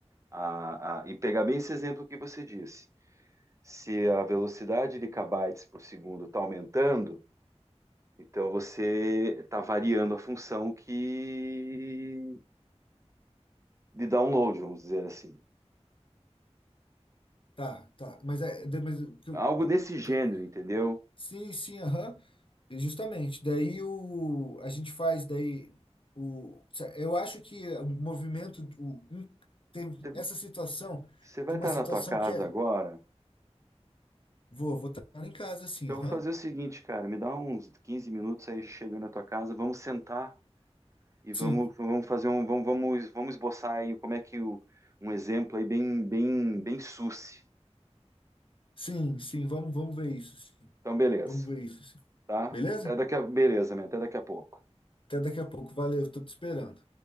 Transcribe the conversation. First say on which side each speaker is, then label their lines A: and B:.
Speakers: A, on the right (about 25°); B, on the left (about 50°).
A: a, a- e pegar bem esse exemplo que você disse, se a velocidade de kbytes por segundo está aumentando, então você está variando a função que de download, vamos dizer assim,
B: tá, tá. Mas é. da- Mas, o que eu-
A: algo desse gênero,
B: te-
A: entendeu?
B: sim, sim, aham. Justamente. Daí o, a gente faz daí o. Eu acho que o movimento. O, um- tem
A: Você
B: essa situação.
A: você vai
B: Tem
A: estar
B: uma situação
A: na tua casa
B: que é.
A: agora,
B: Vou, vou estar em casa, assim,
A: então
B: aham.
A: eu vou fazer o seguinte, cara, me dá uns 15 minutos aí, chego na tua casa, vamos sentar E vamos,
B: Sim.
A: vamos fazer um, vamos, vamos, vamos esboçar aí como é que o, um exemplo aí bem, bem, bem suce.
B: Sim, sim, vamos, vamos ver isso, sim.
A: Então, beleza,
B: Vamos ver isso, sim.
A: tá?
B: Beleza?
A: Até daqui a, beleza, man, até daqui a pouco.
B: Até daqui a pouco. Valeu, estou te esperando.